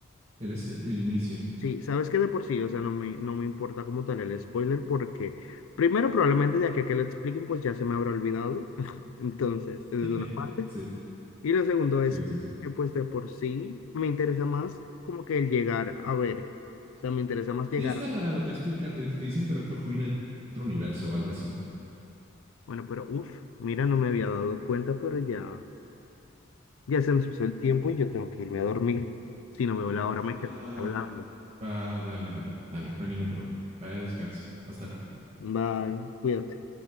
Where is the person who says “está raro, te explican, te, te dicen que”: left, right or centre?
Right